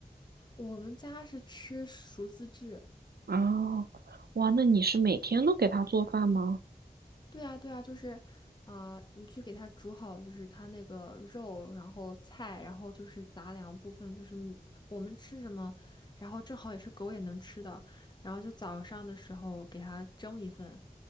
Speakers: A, on the left (about 30°); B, on the right (about 80°).
A: 我们家是吃熟自制，
B: 啊，哇，那你是每天都给它做饭吗？
A: 对啊，对啊，就是，呃，你去给它煮好，就是它那个肉，然后菜，然后就是杂粮部分，就是我们吃什么，然后正好也是狗也能吃的，然后就早上的时候给它蒸一份。